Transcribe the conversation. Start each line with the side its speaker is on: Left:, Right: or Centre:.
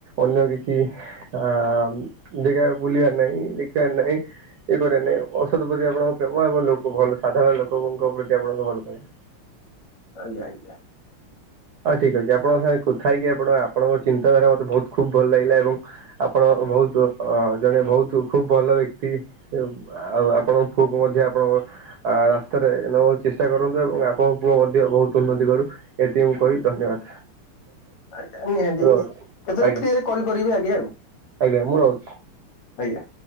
Right: ଅନ୍ୟ କିଛି ଅ ଜାଗା ବୁଲିବାର ନାହିଁ ଦେଖିବାର ନାହିଁ ଇଏ କରିବା ନାଇଁ ଔଷଧ ପ୍ରତି ଆପଣଙ୍କ ପ୍ରେମ ଏବଂ ଲୋକ ଭଲ ସାଧାରଣ ଲୋକଙ୍କ ପ୍ରତି ଆପଣଙ୍କ ଭଲ ପାଇବା
Left: ଆଜ୍ଞା ଆଜ୍ଞା।
Right: ହଁ ଠିକ ଅଛି ଆପଣଙ୍କ ସାଙ୍ଗେ କଥା ହେଇକି ଆପଣ ଆପଣଙ୍କ ଚିନ୍ତାଧାରା ମତେ ବହୁତ ଖୁବ ଭଲ ଲାଗିଲା ଏବଂ ଆପଣ ବହୁତ ଅ ଜଣେ ବହୁତ ଖୁବ ଭଲ ବ୍ୟକ୍ତି ଆଉ ଆପଣଙ୍କ ପୁଅ କ ମଧ୍ୟ ଆପଣଙ୍କ ରାସ୍ତାରେ ନବା ଚେଷ୍ଟା କରନ୍ତୁ ଏବଂ ଆପଣଙ୍କୁ ମଧ୍ୟ ବହୁତ ଉନ୍ନତି କରୁ ଏ ଙ୍କୁ କହି ଧନ୍ୟବାଦ
Left: ଆଜ୍ଞା ନିହାତି
Right: ରହୁଛି
Left: କେତେବେଳେ
Right: ଆଜ୍ଞା
Left: ଫ୍ରିରେ କଲ କରିବି ଆଜ୍ଞା ଆଉ
Right: ଆଜ୍ଞା ମୁଁ ରହୁଛି।
Left: ଆଜ୍ଞା।